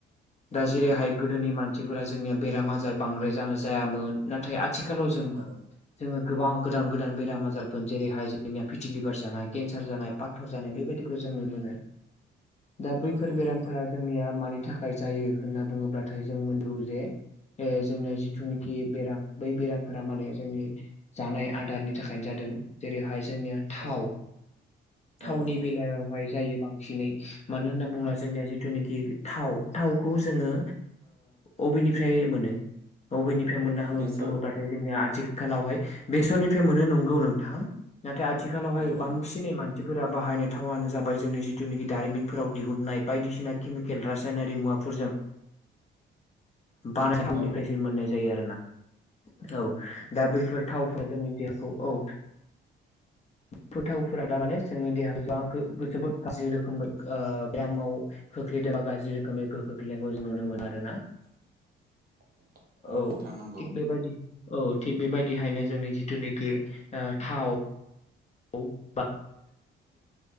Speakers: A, on the left; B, on the right.
A: दा
B: औ
A: जेरैहाय
B: औ
A: गोदोनि मानसिफोरा जोंनिया बेराम आजार बांद्राय जानो जायामोन नाथाय आथिखालाव जों मा
B: औ
A: जोङो गोबां गोदान गोदान बेराम आजारफोर जेरैहाय जोंनिया फिटिलिभार जानाय केन्सार जानाय पाथर जानाय बेबायदिखौ जों नुनो मोनो दा बैफोर
B: औ
A: बेरामफोरा जोंनिया मानि थाखाय जायो होनना बुङोब्लाथाय जों <unintelligible> ए जोंना जिथुनिखि बेराम बै बेरामफोरा माने जोंनि जानाय आदारनि थाखायनो जादों जेरैहाय जोंनिया थाव
B: औ
A: थावनि
B: औ औ
A: बेलायावहाय जायो बांसिनै मानो होनना बुङोब्ला जोंनिया जिथुनाखि थाव थावखौ जोङो अबेनिफ्राय मोनो बबेनिफ्राय मोनो
B: बेसर
A: बुङोब्ला नाथाय जोंनिया आथिखालावहाय बेसरनिफ्राय मोनो नंगौ नोंथां। नाथाय आथिखालावहाय
B: औ औ
A: बांसिन <unintelligible> मानसिफोरा बाहायनाय थावानो जाबाय जोंनि जिथुनाखि दारिमिनफोराव दिहुननाय बायदिसिना केमिकेल रासायनारि मुवाफोरजों बानायथावनिफ्रायसो
B: औ
A: मोननाय जायो आरोना। औ दा बैफोर थावफोरा जोंनि देहाखौ औ बैफोर थावफोरा दा माने जोंनि देहाखौ जोबोद गाज्रि रोखोमै बेरामाव खोख्लैदोंबा गाज्रि रोखोमै गोहो खोख्लैनायखौ जों नुनो मोनो आरोना।
B: <unintelligible>
A: औ
B: नोंथां नंगौ
A: थिग बेबायदिनो औ थिग बेबायदिहायनो जोंनि जिथुनाखि थाव <unintelligible>